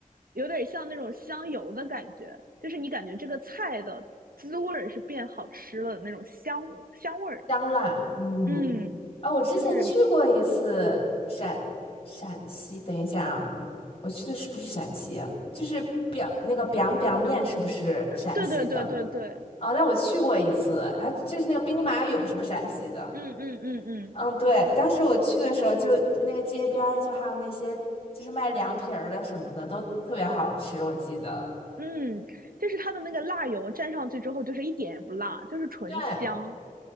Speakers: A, on the right; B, on the left.
A: 有点像那种香油的感觉，就是你感觉这个菜的滋味儿是变好吃了的那种香香味儿。
B: 香辣，嗯，
A: 嗯，
B: 啊，我之前去过一次陕陕西，
A: 就是
B: 等一下啊，我去的是不是陕西啊？就是表那个 biang biang 面是不是陕西的？
A: 对对对对对，
B: 哦，那我去过一次，还就是那个兵马俑，是不是陕西的？
A: 嗯嗯嗯嗯
B: 嗯，对，当时我去的时候就，那个街边儿就还有那些就是卖凉皮儿的什么的，都特别好吃，我记得。
A: 嗯，就是它的那个辣油蘸上去之后，就是一点也不辣，就是纯香。
B: 对，